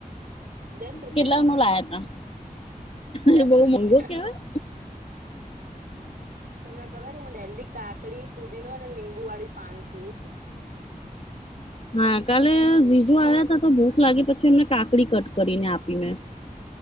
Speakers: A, on the right; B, on the left.
A: દસ રૂપિયાનો
B: કેટલા ન લાયા ત
A: દસ
B: બહ
A: રૂપિયા
B: મોંઘો કેવાય.
A: તમને ખબર હું, ડેલી કાકડી પુદીનો અને લીંબુ વાળી પાણી પીવું છું
B: હા‌ કાલે
A: એવું
B: જીજો
A: છે
B: આવ્યા ત તો ભૂખ લાગે પછી એમને કાકડી કટ કરીને આપી મે